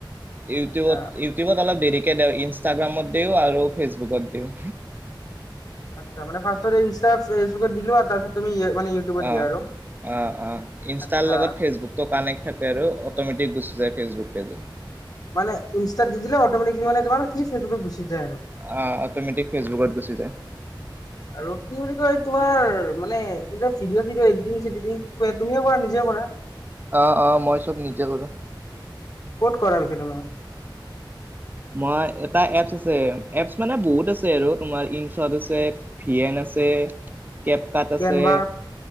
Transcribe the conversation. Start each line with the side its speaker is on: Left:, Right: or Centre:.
Right: ইউটিউবত,
Left: আচ্ছা
Right: ইউটিউবত অলপ দেৰিকে দেও ইনষ্টাগ্ৰামত্‌ তেও আৰু ফেচবুকতেও।
Left: আচ্ছা, মানে ৰ্ফাষ্টতে ইনষ্ট্ৰা, ফেচবুকত দিলোৱা তাৰপিছত তুমি ইয়ে মানে, ইউটিউবত
Right: অ'।
Left: দিয়া আৰু?
Right: অ, অ ইনষ্ট্ৰাৰ
Left: আচ্ছা
Right: লগত ফেচবুকটো কানেক্ট থাকে আৰু অটমেটিক গুচি যায় ফেচবুক ফেচবুক
Left: মানে, ইনষ্ট্ৰাত দি দিলে অট'মেট্ৰিকলি মানে তোমাৰ কিচ সেইটোকে গুচি যায় আৰু,
Right: অ', অট'মেটিক ফেচবুকত গুচি যায়।
Left: আৰু কি বুলি কয়? তোমাৰ মানে ৰিলত ভিডিঅ -চিডিঅ, এডিটিং- চেডিটিং তুমিয়ে কৰা নিজে কৰা?
Right: অ, অ মই চব নিজে কৰো।
Left: ক'ত কৰা পিছে তুমি?
Right: মই, এটা এপছ আছে। এপছ মানে বহুত আছে আৰু তোমাৰ ইঞ্চট্‌ আছে, ফিয়েনে আছে কেপ্‌ কাট্‌ আছে।
Left: কেনভা